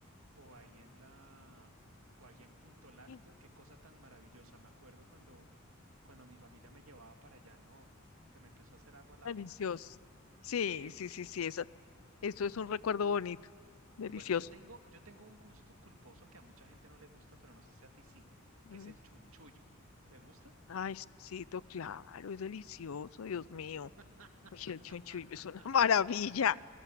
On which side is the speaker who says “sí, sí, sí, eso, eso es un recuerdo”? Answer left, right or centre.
Left